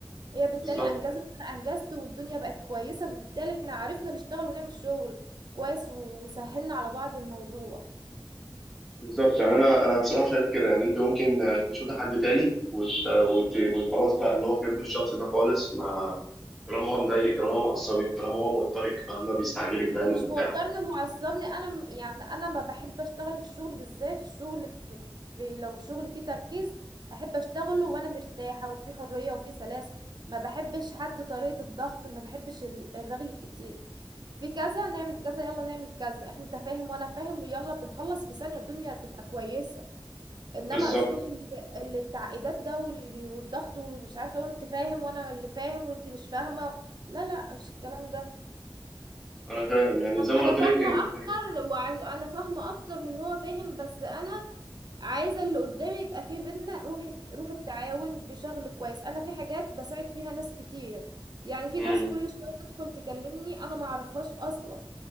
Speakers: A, on the right (about 55°); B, in the centre.
A: هي بالتالي
B: بالظبط
A: انجزت وانا انجزت والدنيا بقت كويسة فبالتالي احنا عرفنا نشتغل ونعمل شغل كويس وسهلنا على بعض الموضوع
B: بالظبط يعني انا انا بصراحه شايف كده يعني انت ممكن آه، تشوفي حد تاني وت... وت... وخلاص بقى اللي هو تحب الشخص ده خالص ما طالما هو مضايقك طالما هو معصبك طالما هو موترك فاهمه بيستعجلك دايما
A: مش
B: بتاع
A: موترني معصبني انا م- يعني انا ما بحب اشتغل في الشغل بالذات الشغل في, في لو شغل فيه تركيز احب اشتغله وانا مرتاحه وفي حريه وفي سلاسه ما بحبش حد طريقه الضغط ما بحبش ال- الرغي كتير في كذا نعمل كذا يلا نعمل كذا احنا انت فاهم وانا فاهم ويلا بنخلص في ثانيه الدنيا تبقى كويسه انما
B: بالظبط
A: اسلوب ال- ال- التعقيدات ده وال- والضغط واللي مش عارفه وانت فاهم وانا اللي فاهم وانت مش فاهمه لا لا مش الكلام ده
B: انا فاهم يعني زي ما
A: انا
B: قلت
A: فاهمه
B: لك انت
A: اكتر وعش... انا فاهمه اكتر من هو فاهم بس انا عايزه اللي قدامي يبقى فيه بينا روح الت- روح التعاون بشغل كويس انا في حاجات بساعد فيها ناس كتير يعني في
B: امم
A: ناس كل شويه تدخل تكلمني انا ما اعرفهاش اصلا